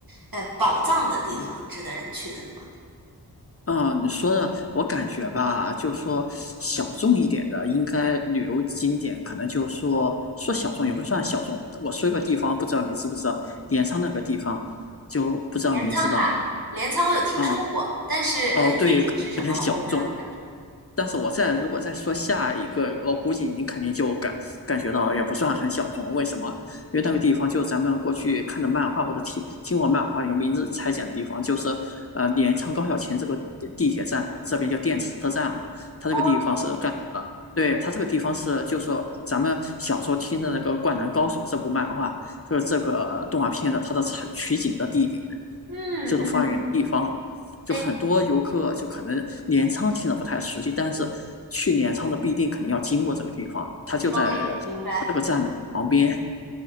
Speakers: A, on the right; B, on the left.
A: 呃宝藏的地方，
B: 嗯。
A: 值得人去的呢吗？
B: 啊，你说的我感觉吧，就说小众一点的，应该旅游景点可能就说说小众也不算小众。我说一个地方，不知道你知不知道，镰仓那个地方，就不知道您知道吗？
A: 镰仓哈，镰仓我有听说过，
B: 啊，
A: 但是呃，
B: 哦，
A: 具体是什么我没有了解。
B: 对，可能有点小众。但是我再如果再说下一个，我估计你肯定就感感觉到也不算很小众。为什么？因为那个地方就是咱们过去看的漫画或者听听过漫画一个名字裁剪的地方，就是呃镰仓高校琴这个地铁站这边叫电车站嘛。它这个地方是干的，
A: OK，
B: 对，它这个地方是就是咱们小时候听的那个《灌篮高手》这部漫画，就是这个呃动画片的它的采取景的地点。
A: 嗯嗯，
B: 就是发源地方，就很多游客就可能镰仓听着不太熟悉，
A: 哎，
B: 但是去镰仓的必定肯定要经过这个地方，它就在
A: OK，明白。
B: 这个站的旁边。